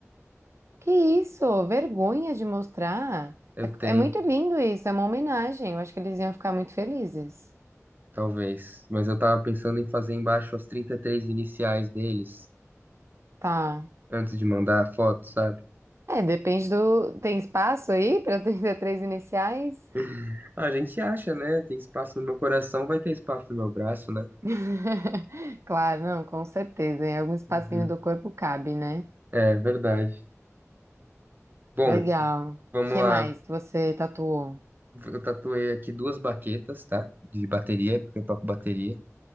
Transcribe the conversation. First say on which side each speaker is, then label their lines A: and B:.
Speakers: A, on the right; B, on the right.
A: Que isso? Vergonha de mostrar.
B: Eu
A: É,
B: tenho.
A: é muito lindo isso, é uma homenagem. Eu acho que eles iam ficar muito felizes.
B: Talvez. Mas eu tava pensando em fazer embaixo as 33 iniciais deles,
A: Tá.
B: antes de mandar a foto, sabe?
A: É, depende do. Tem espaço aí para 33 iniciais?
B: <laughs> A gente acha, né? Tem espaço no meu coração, vai ter espaço no meu braço, né?
A: <laughs> Claro, não, com certeza. Em algum espacinho
B: Uhum.
A: do corpo cabe, né?
B: É verdade. Bom,
A: Legal. O
B: vamos
A: que
B: lá.
A: mais que você tatuou?
B: Eu tatuei aqui duas baquetas, tá? De bateria, porque eu toco bateria.